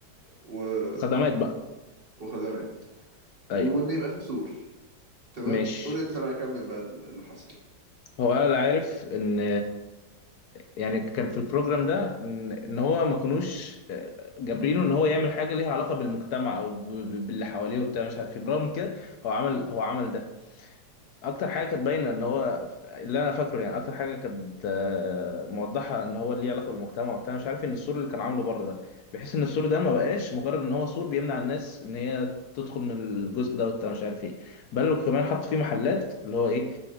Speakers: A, on the right (about 40°); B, on the left (about 70°).
A: و...
B: خدمات بقى
A: وخدمات
B: أيوه
A: وإن يبقى فيه سور تمام
B: ماشي
A: قول أنت بقى كمل بقى اللي حصل
B: هو انا اللي عارف ان يعني كان في البروجرام ده ان إن هو ما كانوش آه، جابرينه ان هو يعمل حاجه ليها علاقه بالمجتمع او ب- ب- باللي حواليه وبتاع مش عارف ايه برغم كده هو عمل هو عمل ده اكتر حاجه كانت باينه ان هو اللي انا فاكره يعني اكتر حاجه كانت آه، موضحه ان هو ليه علاقه بالمجتمع وبتاع مش عارف إيه، ان السور اللي كان عامله بره ده بحيث ان السور ده ما بقاش مجرد ان هو سور بيمنع الناس ان هي تدخل من الجزء ده وبتاع مش عارف ايه بل وكمان حط فيه محلات اللي هو ايه